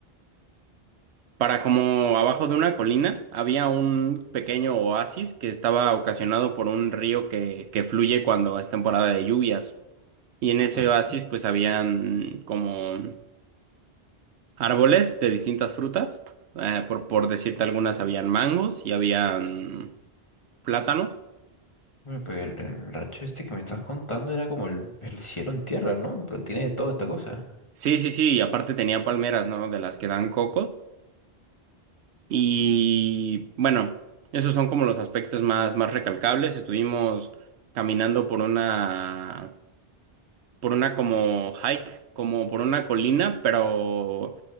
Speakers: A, on the right; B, on the left.
A: para como abajo de una colina había un pequeño oasis que estaba ocasionado por un río que, que fluye cuando es temporada de lluvias. Y en ese
B: ok.
A: oasis pues habían como árboles de distintas frutas. Eh, por, por decirte algunas, habían mangos y habían plátano
B: Bueno, pues el, el racho este que me estás contando era como el, el cielo en tierra, ¿no? En plan, tiene de toda esta cosa.
A: Sí, sí, sí, y aparte tenía palmeras, ¿no? De las que dan cocos. Y bueno, esos son como los aspectos más, más recalcables. Estuvimos caminando por una, por una como hike, como por una colina, pero